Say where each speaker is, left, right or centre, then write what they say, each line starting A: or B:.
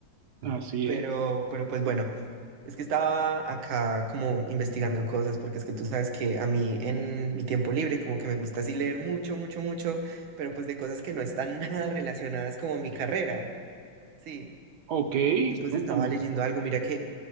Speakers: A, on the right; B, on the right.
A: así
B: pero,
A: es.
B: pero pues bueno, es que estaba acá como investigando cosas, porque es que tú sabes que a mí en mi tiempo libre como que me gusta así leer mucho, mucho, mucho, pero pues de cosas que no están <laughs> nada relacionadas como a mi carrera, sí.
A: Ok,
B: Y pues
A: cuéntame.
B: estaba leyendo algo, mira que